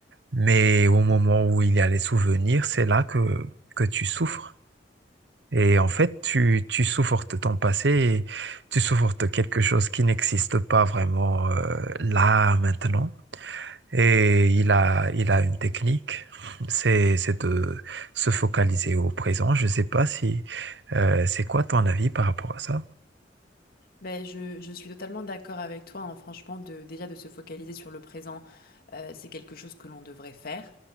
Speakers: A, on the right; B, on the left.
A: Mais au moment où il y a les souvenirs, c'est là que, que tu souffres. Et en fait, tu, tu souffres de ton passé et tu souffres de quelque chose qui n'existe pas vraiment euh, là maintenant. Et il a, il a une technique, c'est, c'est de se focaliser au présent. Je ne sais pas si euh, c'est quoi ton avis par rapport à ça?
B: Ben, je, je suis totalement d'accord avec toi, hein. Franchement, de, déjà de se focaliser sur le présent, euh, c'est quelque chose que l'on devrait faire,